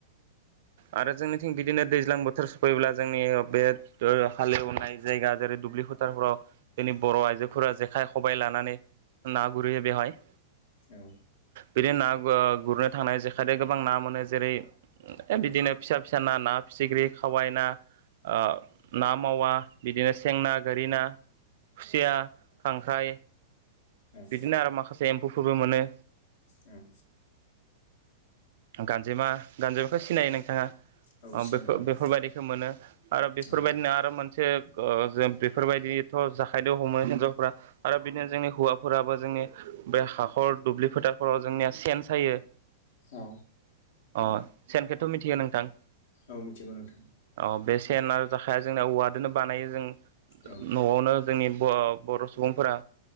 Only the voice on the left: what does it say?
औ।
औ
ओं
औ
सिनायगौ
नोंथां
औ
औ।
औ मिथिगौ नोंथां।
औ